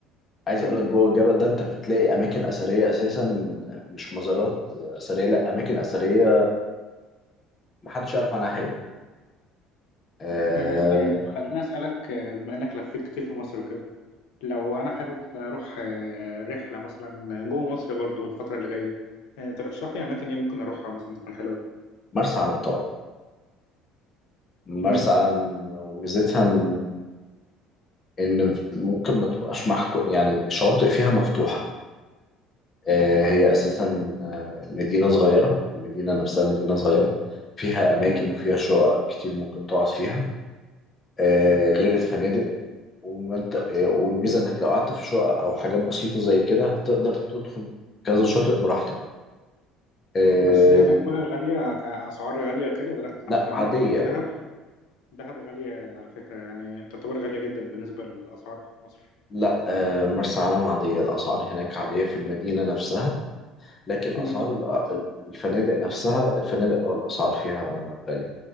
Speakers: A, on the left; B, on the left.
A: عايز
B: مم.
A: أقولك جوه الجبل ده أنت بتلاقي أماكن أثرية أساسا مش مزارات أثرية لأ أماكن أثرية محدش يعرف عنها حاجة آه،
B: آه طيب خليني اسالك آه، بما انك لفيت كتير في مصر وكده لو انا حابب اروح آه رحله مثلا جوه مصر برضو الفتره اللي جايه آه ترشح لي اماكن ايه ممكن اروحها مثلا تكون حلوه
A: مرسى علم طبعا مرسى
B: مم.
A: علم وميزتها ان إن ممكن ما تبقاش محكو يعني الشواطئ فيها مفتوحة آه، هي أساسا آه، مدينة صغيرة المدينة نفسها مدينة صغيرة فيها أماكن
B: مم.
A: وفيها شقق كتير ممكن تقعد فيها آه، غير الفنادق وما انت- آه، والميزة إنك لو قعدت في شقق أو حاجات بسيطة زي كده هتقدر تدخل كذا شاطئ براحتك آه،
B: بس هناك بقى غاليه كاسعار غاليه وكده ولا لا
A: لا
B: عشان انا
A: عادية
B: لما رحت دهب دهب غاليه على فكره يعني تعتبر غاليه جدا بالنسبه للاسعار في مصر
A: لا آه، مرسى علم عادية الأسعار هناك عادية في المدينة نفسها لكن
B: مم.
A: اسعار ال- الفنادق نفسها الفنادق اه الاسعار فيها غاليه